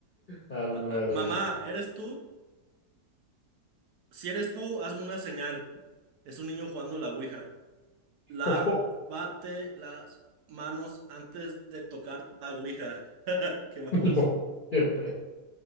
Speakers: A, on the left; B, on the right.
A: A la
B: Ah, ah,
A: bestia.
B: Mamá, ¿eres tú? Si eres tú, hazme una señal. Es un niño jugando la ouija. Lávate
A: <laughs>
B: las manos antes de tocar la ouija. <laughs> Qué vamos.
A: Lo- qué pe-